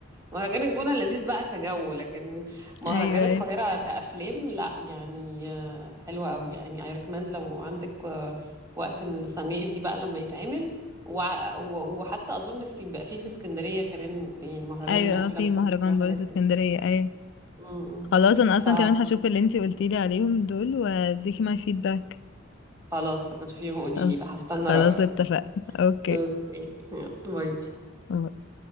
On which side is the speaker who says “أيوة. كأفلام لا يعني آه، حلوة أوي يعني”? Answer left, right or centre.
Right